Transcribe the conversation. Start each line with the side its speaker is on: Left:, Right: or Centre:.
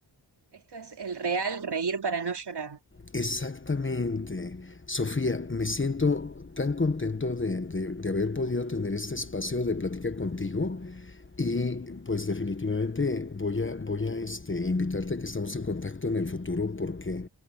Right: Esto es el real reír para no llorar.
Left: Exactamente. Sofía, me siento tan contento de, de, de haber podido tener este espacio de plática contigo Y pues definitivamente voy a, voy a este, invitarte a que estamos en contacto en el futuro porque